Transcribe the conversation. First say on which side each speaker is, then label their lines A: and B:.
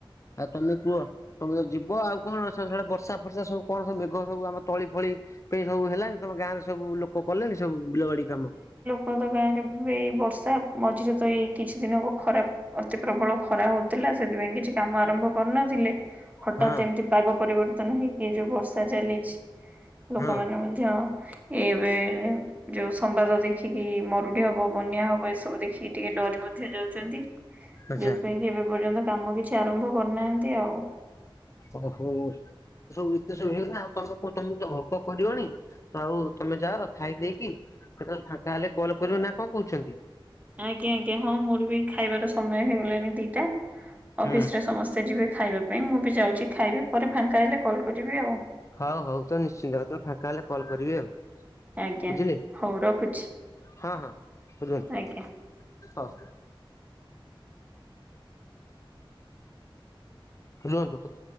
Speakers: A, on the left; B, on the right.
A: ଆଉ ତମେ କୁହ? ତମେ ତ ଯିବ ଆଉ କଣ ସେଆଡ଼େ ବର୍ଷା ଫର୍ଷା ସବୁ କଣ ସବ ମେଘ ସବୁଆମ ତଳି ଫଳି ସବୁ ହେଲା ତମ ଗାଁରେ ସବୁ ଲୋକ କଲେଣି ସବୁ ବିଲବାଡି କାମ?
B: କତ ଗାଁରେ ଏଇ ବର୍ଷା ମଝିରେ ତ ଏଇ କିଛି ଦିନ ହବ ଖରା ଅତି ପ୍ରବଳ ଖରା ହଉ ଥିଲା ସେଥିପାଇଁ କିଛି କାମ ଆରମ୍ଭ କରୁନଥିଲେ ହଠାତ୍
A: ହଁ
B: ଏମିତି ପାଗ ପରିବର୍ତ୍ତନ ହେଇକି ଯୋଉ ବର୍ଷା ଚାଲିଛି ଲୋକ
A: ହଁ
B: ମାନେ ଧ୍ୟ ଏବେ ଯୋଉ ସମ୍ବାଦ ଦେଖିକି ମରୁଡି ହବ, ବନ୍ୟା ହବ ଏସବୁ ଦେଖିକି ଟିକେ ଡରି ମଧ୍ୟ ଯାଉଚନ୍ତି।
A: ଆଚ୍ଛା।
B: ଯୋଉଥିପାଇଁ କି ଏବେ ପର୍ଯ୍ୟନ୍ତ କାମ କିଛି ଆରମ୍ଭ କରିନାହାଁନ୍ତି ଆଉ।
A: ଓହୋ ସବୁ ଏତେ ସବୁ କଥା ଆଉ ତମ କୁ ତମକୁ ତ ଭୋକ କରିବଣି ହଉ ତମେ ଯାଅ ଖାଇକି ଦେଇକି କେତେବେଳେ ଫଙ୍କା ହେଲେ କଲ କରିବ ନା କଣ କହୁଚନ୍ତି?
B: ଆଜ୍ଞା ଆଜ୍ଞା ହଁ ମୋର ବି ଖାଇବାର ସମୟ ହେଇଗଲାଣି ଦିଟା।
A: ହୁଁ।
B: ଅଫିସ ରେ ସମସ୍ତେ ଯିବେ ଖାଇବା ପାଇଁ ମୁଁ ବି ଯାଉଚି ଖାଇବି ପରେ ଫାଙ୍କା ହେଲେ କଲ୍ କରିବି ଆଉ।
A: ହଉ ହଉ ତ ନିଶ୍ଚିନ୍ତ ତମେ ଫାଙ୍କା ହେଲେ କଲ୍ କରିବି ଆଉ।
B: ଆଜ୍ଞା
A: ବୁଝିଲେ
B: ହଉ ରଖୁଛି
A: ହଁ ହଁ ବୁଝନ୍ତୁ
B: ଆଜ୍ଞା।
A: ହଉ। ରୁହନ୍ତୁ।